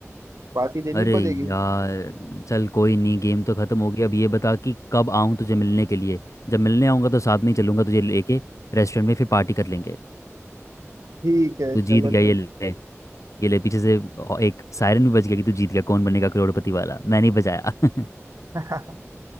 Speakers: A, on the right (about 85°); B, on the left (about 80°).
A: पार्टी देनी
B: अरे
A: पड़ेगी
B: यार चल कोई नहीं गेम तो ख़त्म हो गया अब ये बता कि कब आऊँ तुझे मिलने के लिए जब मिलने आऊँगा तो साथ में ही चलूँगा तुझे लेके रेस्टोरेंट में फिर पार्टी कर लेंगे
A: ठीक है
B: तू
A: चलो
B: जीत गया
A: चलो
B: ये ले ये ले पीछे से एक सायरन भी बज गया कि तू जीत गया कौन बनेगा करोड़पति वाला मैंने ही बजाया <laughs>
A: <laughs>